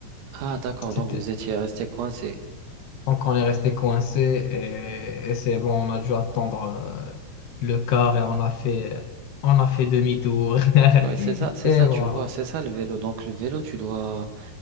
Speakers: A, on the right; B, on the left.
A: Ah d'accord,
B: C'était,
A: donc vous étiez resté coincé.
B: donc, on est resté coincé et, et c'est bon, on a dû attendre euh, le car et on a fait, on a fait demi-tour. <laughs>
A: Ouais, c'est
B: Et
A: ça, c'est ça,
B: voilà.
A: tu vois, c'est ça le vélo. Donc le vélo, tu dois...